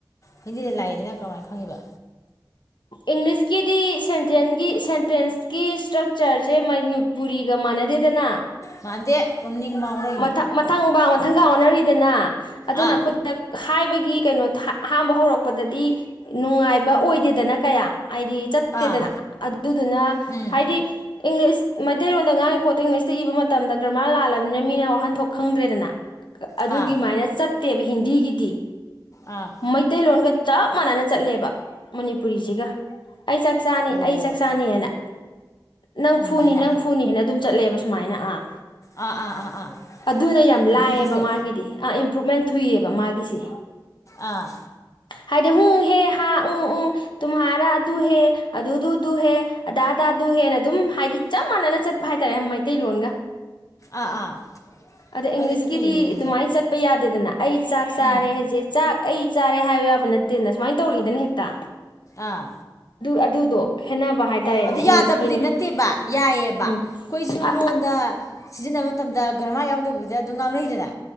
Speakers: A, on the left; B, on the left.
A: ꯍꯤꯟꯗꯤꯗ ꯂꯥꯛꯏꯗꯅ ꯀꯃꯥꯏꯅ ꯈꯪꯉꯤꯕ
B: ꯏꯪꯂꯤꯁꯀꯤꯗꯤ ꯁꯦꯟꯇꯦꯟꯁꯀꯤ ꯏꯁꯇ꯭ꯔꯛ ꯆꯔꯁꯦ ꯃꯅꯨ ꯄꯨꯔꯤꯒ ꯃꯥꯟꯅꯗꯦꯗꯅ
A: ꯃꯥꯟꯗꯦ ꯃꯅꯤꯡ ꯃꯥꯡ ꯑꯣꯟꯅꯩꯅꯦ
B: ꯃ ꯃꯊꯪ ꯃꯕꯥ ꯃꯊꯪꯀ ꯑꯣꯟꯅꯔꯤꯗꯅ ꯑꯗꯨꯅ
A: ꯑꯥ
B: ꯈꯨ ꯍꯥꯏ ꯍꯥꯏꯕꯒꯤ ꯀꯩꯅꯣ ꯑꯍꯝꯕ ꯍꯧꯔꯛꯄꯗꯗꯤ ꯅꯨꯡꯉꯥꯏꯕ ꯑꯣꯏꯗꯦꯗꯅ ꯀꯌꯥ ꯍꯥꯏꯗꯤ ꯆꯠꯇꯦꯗꯅ
A: ꯑꯥ
B: ꯑꯗꯨꯗꯨꯅ
A: ꯎꯝ
B: ꯍꯥꯏꯗꯤ ꯏꯪꯂꯤꯁ ꯃꯩꯇꯩꯂꯣꯟꯣꯟꯗ ꯉꯥꯡꯒꯤ ꯄꯣꯠꯇꯣ ꯏꯪꯂꯤꯁꯇ ꯏꯕ ꯃꯇꯝꯗ ꯒ꯭ꯔꯃꯥꯔ ꯂꯥꯜꯂꯒ ꯑꯗꯨꯝꯅ ꯃꯤꯅ ꯋꯥꯍꯟꯊꯣꯛ ꯈꯪꯗ꯭ꯔꯦꯗꯅ ꯑꯗꯨꯒꯤꯃꯥꯏꯅ
A: ꯑꯥ
B: ꯆꯠꯇꯦꯕ ꯍꯤꯟꯗꯤꯒꯤꯗꯤ
A: ꯑꯥ
B: ꯃꯩꯇꯩꯂꯣꯟꯒ ꯆꯞ ꯃꯥꯟꯅꯅ ꯆꯠꯂꯦꯕ ꯃꯅꯤꯄꯨꯔꯤꯁꯤꯒ ꯑꯩ ꯆꯥꯛ ꯆꯥꯅꯤ
A: ꯑꯣ
B: ꯑꯩ ꯆꯥꯛ ꯆꯥꯅꯤ ꯍꯥꯏꯅ ꯅꯪ
A: ꯑꯗꯨꯃꯥꯏꯅ
B: ꯐꯨꯅꯤ ꯅꯪ ꯐꯨꯅꯤ ꯍꯥꯏꯅ ꯑꯗꯨꯝ ꯆꯠꯂꯦꯕ ꯁꯨꯃꯥꯏꯅ ꯑꯥ
A: ꯑꯥ ꯑꯥ ꯑꯥ ꯑꯥ
B: ꯑꯗꯨꯅ ꯌꯥꯝ
A: ꯑꯣ
B: ꯂꯥꯏꯑꯕ
A: ꯍꯤꯟꯗꯤꯁꯦ
B: ꯃꯥꯒꯤꯗꯤ ꯑꯥ ꯏꯝꯄ꯭ꯔꯨꯨꯞꯃꯦꯟ ꯊꯨꯏꯌꯦꯕ ꯃꯥꯒꯤꯁꯦ
A: ꯑꯥ
B: ꯍꯥꯏꯗꯤ ꯍꯣꯡ ꯍꯦ ꯍꯥ ꯎ ꯎꯝ ꯇꯨꯝꯍꯥꯔꯥ ꯑꯗꯨꯍꯦ ꯑꯗꯨꯗꯨꯗꯨ ꯍꯦ ꯑꯗꯥ ꯑꯗꯥꯗꯨ ꯍꯦꯅ ꯑꯗꯨꯝ ꯍꯥꯏꯗꯤ ꯆꯞ ꯃꯥꯟꯅ ꯅ ꯆꯠꯄ ꯍꯥꯏꯇꯥꯔꯦ ꯃꯩꯇꯩꯂꯣꯟꯒ
A: ꯑꯥ ꯑꯥ
B: ꯑꯗ
A: ꯑꯗꯨꯗꯤ
B: ꯏꯪꯂꯤꯁꯀꯤꯗꯤ
A: ꯐꯩꯅꯦ ꯑꯗꯨꯗꯤ
B: ꯑꯗꯨꯃꯥꯏꯅ ꯆꯠꯄ ꯌꯥꯗꯦꯗꯅ ꯑꯩ ꯆꯥꯛ ꯆꯥꯔꯦ
A: ꯎꯝ
B: ꯍꯥꯏꯁꯦ ꯆꯥꯛ ꯑꯩ ꯆꯥꯔꯦ ꯍꯥꯏꯕ ꯌꯥꯕ ꯅꯠꯇꯦꯗ ꯁꯨꯃꯥꯏꯅ ꯇꯧꯔꯛꯏꯗꯅ ꯍꯦꯛꯇ
A: ꯑꯥ
B: ꯑꯗꯨ ꯑꯗꯨꯗꯣ ꯈꯦꯠꯅꯕ ꯍꯥꯏꯇꯥꯔꯦꯅꯦ
A: ꯑꯗꯨ
B: ꯏꯪꯂꯤꯁꯀꯤꯅꯦ
A: ꯌꯥꯗꯕꯗꯤ ꯅꯠꯇꯦꯕ ꯌꯥꯏꯑꯕ
B: ꯎꯝ
A: ꯑꯩꯈꯣꯏꯁꯨ
B: ꯑ
A: ꯂꯣꯟꯗ ꯁꯤꯖꯤꯟꯅꯕ ꯃꯇꯝꯗ ꯒꯔ ꯃꯥ ꯌꯥꯎꯗꯕꯤꯗ ꯑꯗꯨꯝ ꯉꯥꯡꯅꯩꯗꯅ